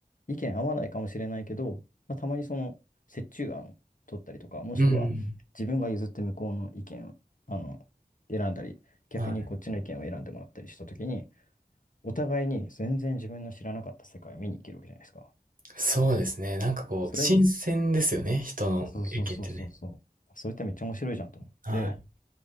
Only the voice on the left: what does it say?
意見合わないかもしれないけど、まあ、たまにその折衷案を取ったりとか、もしくは自分が譲って向こうの意見をあの
選んだり、逆にこっちの意見を選んでもらったりしたときに、
お互いに全然自分の知らなかった世界を見に行けるわけじゃないですか。
それ、
そうそうそうそうそう。それってめっちゃ面白いじゃんと思って、